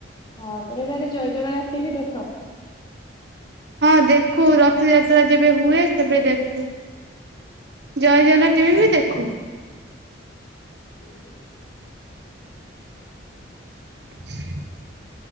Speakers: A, on the left; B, on the right.
A: ହଁ ତମେ ତାହଲେ ଜୟ ଜଗନ୍ନାଥ ଟିଭି ଦେଖ?
B: ହଁ ଦେଖୁ ରଥଯାତ୍ରା ଯେବେ ହୁଏ ସେବେ ଦେଖୁ। ଜୟ ଜଗନ୍ନାଥ ଟିଭି ବି ଦେଖୁ।
A: <inaudible>
B: <inaudible>